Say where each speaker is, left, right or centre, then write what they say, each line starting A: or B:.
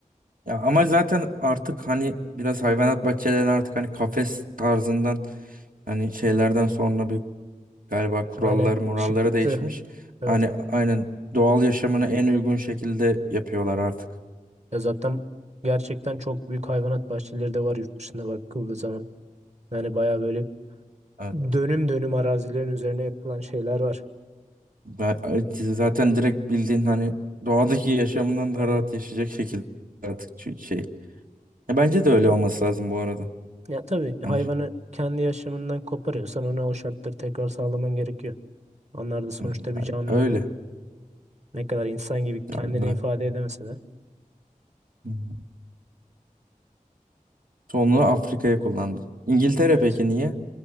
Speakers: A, on the right (about 80°); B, on the right (about 55°).
A: Ya ama zaten artık hani biraz hayvanat bahçelerine artık hani kafes tarzından hani şeylerden sonra bir galiba kurallar
B: Aynen
A: muralları
B: çıktı.
A: değişmiş.
B: Evet
A: Hani
B: evet.
A: aynen doğal yaşamına en uygun şekilde yapıyorlar artık.
B: Ya zaten gerçekten çok büyük hayvanat bahçeleri de var yurt dışında bakıldığı zaman. Yani baya böyle
A: Hı.
B: dönüm dönüm arazilerin üzerine yapılan şeyler var.
A: Ben, zaten direkt bildiğin hani doğadaki <laughs> yaşamından daha
B: Aynen.
A: rahat yaşayacak şekilde artık çü- şey. Ya bence de öyle olması lazım bu arada.
B: Ya tabii hayvanı
A: Hani
B: kendi yaşamından koparıyorsan ona o şartları tekrar sağlaman gerekiyor. Onlar da sonuçta
A: hı,
B: bir canlı.
A: öyle.
B: Ne kadar insan gibi
A: Ya
B: kendini
A: ben
B: ifade edemese de.
A: hı. hı. Sonra Afrika'ya kullandım. İngiltere
B: Evet.
A: peki niye?